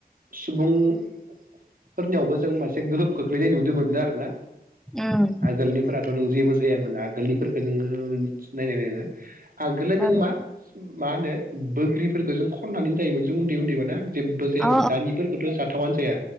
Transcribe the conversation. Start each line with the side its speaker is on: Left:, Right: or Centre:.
Right: सुबुंफोरनियावबो जों मोनसे गोहोम खो खोलैनाय नुदोंमोनो आरोना
Centre: ओम
Right: आगोलनिफोराथ' नों जेबो जायामोन आगोलनिफोरखौ नोंङो नायनाय नोंङो आगोलो नों
Centre: औ
Right: मा मा होनो बोग्रिफोरो जों खननानै जायोमोन जों उन्दै उन्दै जेबो जायामोन
Centre: औ
Right: दानिफोरखौथ' जाथावनो जाया